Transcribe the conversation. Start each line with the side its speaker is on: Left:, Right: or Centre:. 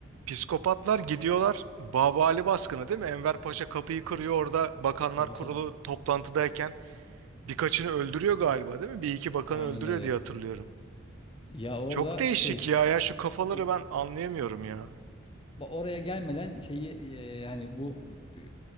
Right: psikopatlar gidiyorlar. Baba Ali baskını değil mi? Enver Paşa kapıyı kırıyor orada. Bakanlar
Left: Tabii
Right: Kurulu
Left: tabii.
Right: toplantıdayken birkaçını öldürüyor galiba değil mi? Bir iki bakanı
Left: Aynen
Right: öldürüyor
Left: öyle.
Right: diye hatırlıyorum.
Left: Ya orada
Right: Çok değişik
Left: şey
Right: ya. Ya şu kafaları
Left: dur
Right: ben anlayamıyorum ya.
Left: ba- oraya gelmeden şeyi e, yani bu e,